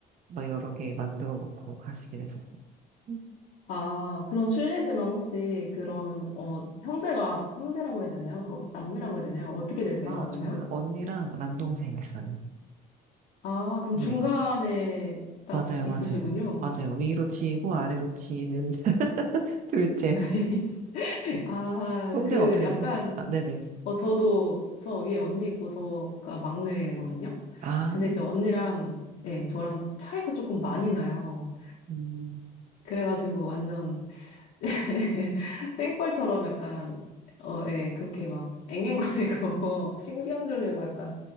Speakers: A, on the right; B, on the left.
A: 막 여러 개 만들어 놓고 가시긴 했었어요. 음.
B: 아, 그런 실례지만 혹시 그러면 어 형제가 형제라고 해야 되나요? 그 남매라고 해야 되나요? 어떻게 되세요?
A: 아,
B: 그러면?
A: 저는 언니랑 남동생 있어요.
B: 아, 그럼
A: 네.
B: 중간에 딱
A: 맞아요,
B: 있으시군요.
A: 맞아요. 맞아요. 위로 치이고 아래로 치이는 <laughs> 둘째.
B: <laughs> 아,
A: 형제가
B: 그
A: 어떻게
B: 약간
A: 되세요? 아, 네네.
B: 어 저도 저 위에 언니 있고 저가 막내거든요.
A: 아,
B: 근데 이제 언니랑 예, 저랑 차이가 조금 많이 나요.
A: 음,
B: 그래가지고 완전 <laughs> 땡벌처럼 약간 어, 예, 그렇게 막 앵앵거리고 <laughs> 신경질 내고 약간